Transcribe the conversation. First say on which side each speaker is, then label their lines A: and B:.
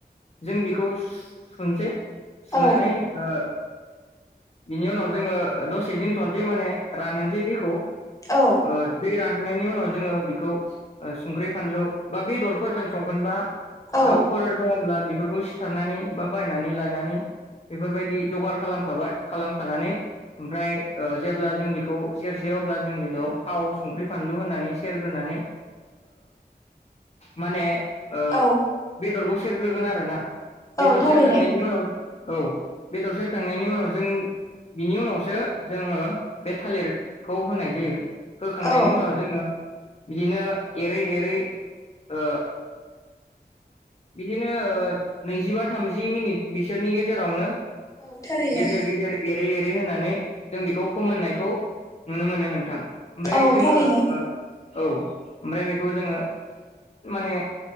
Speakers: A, on the left (about 40°); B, on the left (about 20°).
A: जों बेखौ सुनसै सुनानै
B: औ
A: ओ बिनि उनाव जोङो दसे दोनथ'नोसै माने रानहोनोसै दैखौ ओ
B: औ
A: देरा नायनि उनाव जोङो बेखौ ओ संख्रि बानलु बा बेदर फोरजों संगोनबा
B: औ
A: दाउफोर दङब्ला बेफोरखौ सिथारनानै बा बायनानै लायनानै बेफोर बायदि जगार खालामखाबाय खालामखानानै ओमफ्राय जेब्ला जों बेखौ सेरसेै अब्ला जों बेयाव थाव संख्रि फानलु होननानै सेरग्रोनानै माने ओं
B: औ
A: बेदर बुस सेरग्रोगोन आरोना बेदर
B: औ थारैनो
A: सेेरखांनायनि उनाव औ बेदर सेरखांनायनि उनाव जों बिनि उनावसो जोङो बे थालिरखौ होनाय जायो होखांनायनि
B: औ
A: उनाव जोङो बिदिनो एरै एरै ओ बिदिनो नैजिबा थामजि मिनिट बिसोरनि गेजेरावनो
B: औ थारैनो
A: गेजेर गेजेर एरै एरै होनानै जों बेखौ फोमोननायखौ नुनो मोनो नोंथां ओमफ्राय
B: औ
A: जोङो
B: थारैनो
A: औ ओमफ्राय बेखौ जोङो माने